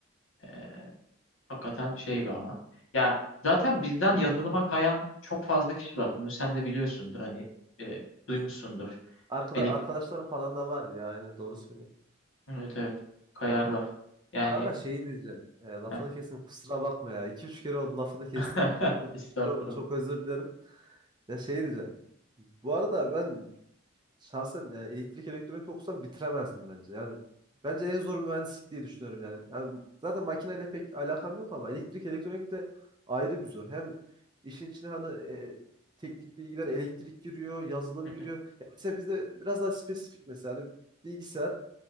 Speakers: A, on the left; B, on the right.
A: E,
B: evet.
A: hakikaten şey bir alan. Ya zaten bizden yazılıma kayan çok fazla kişi var. Bunu sen de biliyorsundur hani e, duymuşsundur.
B: Kesinlikle aynen. Arkada,
A: Elek
B: arkadaşlarım falan da var ya aynen doğru söylüyorsun.
A: evet evet kayarlar. Yani
B: Kanka şeyi diyeceğim. e, lafını
A: heh.
B: kesin kusura bakma ya. iki üç kere oldu lafını kesin.
A: <laughs>
B: Çok
A: estağfurullah.
B: çok çok özür dilerim. Ya şeyi diyeceğim. Bu arada ben şahsen yani elektrik elektronik okusam bitiremezdim bence. Yani bence en zor mühendislik diye düşünüyorum yani. Yani zaten makineyle pek alakam yok ama elektrik elektronik de ayrı bir zor. Hem işin içine hani e, teknik bilgiler elektrik giriyor, yazılım
A: Hı
B: giriyor.
A: hı,
B: Ya mesela bizde biraz daha spesifik mesela hani bilgisayar,